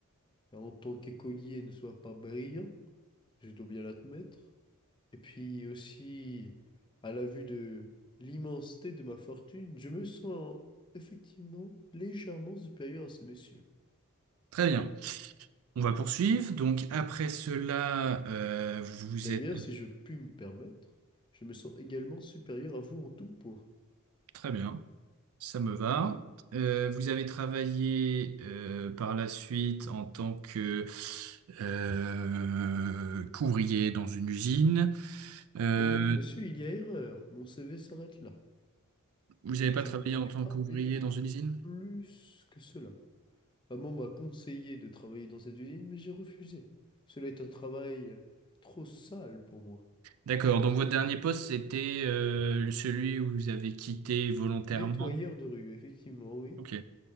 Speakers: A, on the left; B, on the right.
A: en tant qu'écolier ne soit pas brillant, je dois bien l'admettre, Et puis aussi, à la vue de l'immensité de ma fortune, je me sens effectivement légèrement supérieur à ces messieurs.
B: Très bien. On va poursuivre. Donc après cela, euh, vous
A: D'ailleurs,
B: êtes
A: si je puis me permettre, je me sens également supérieur à vous en tout point.
B: Très bien, ça me va. Euh, vous avez travaillé euh, par la suite en tant que euh, qu'ouvrier dans une usine. Euh,
A: Mon bon monsieur, il y a erreur. Mon CV s'arrête là.
B: vous n'avez pas
A: Je
B: travaillé
A: ne voulais
B: en tant
A: pas
B: qu'ouvrier
A: m'épuiser
B: dans une usine?
A: plus que cela. Maman m'a conseillé de travailler dans cette usine, mais j'ai refusé. Cela est un travail trop sale pour moi.
B: D'accord, donc votre dernier poste, c'était euh, celui où vous avez quitté volontairement.
A: Nettoyeur de rue, effectivement, oui.
B: Ok,